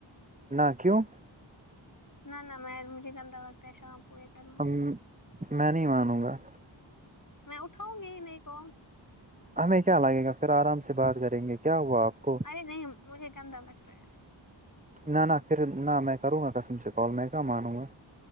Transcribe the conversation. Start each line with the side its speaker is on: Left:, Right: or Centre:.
Right: نہ کیوں
Left: نہ نہ م مجے گندا لگتا ہے شام کو یے کرنا
Right: میں نہیں مانوں گا
Left: میں اٹھاؤں گی ہی نہیں فون
Right: ہمیں کیا لگے گا پھر آرام سے بات کریں گے کیا ہوا آپ کو
Left: نہیں نہیں مجھے گندا لگتا ہے
Right: نہ نہ پھر نہ میں کروں گا کسم سے کال میں کیا مانوں گا